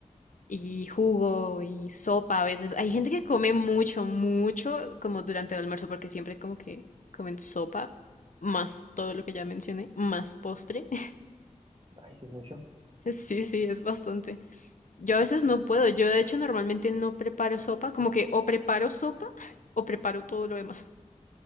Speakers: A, on the left; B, on the right.
A: y jugo y sopa a veces. Hay gente que come mucho, mucho como durante el almuerzo porque siempre como que comen sopa, más todo lo que ya mencioné, más postre. <laughs>
B: Maíz es mucho.
A: Sí, sí, es bastante. Yo a veces no puedo. Yo de hecho normalmente no preparo sopa, como que o preparo sopa <laughs> o preparo todo lo demás.